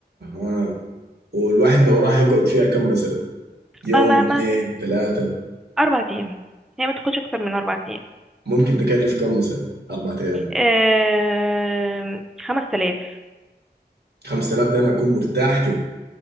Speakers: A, on the right; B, in the centre.
A: آه. والواحد لو راح يقعد فيها كم مثلا يوم
B: اما
A: اثنين
B: ما
A: ثلاثة
B: اربع ايام هي ما تاخدش اكتر من اربع ايام
A: ممكن تكلف كم مثلا أربعة أيام
B: أه... خمس تلاف
A: 5000 ده أنا أكون مرتاح كده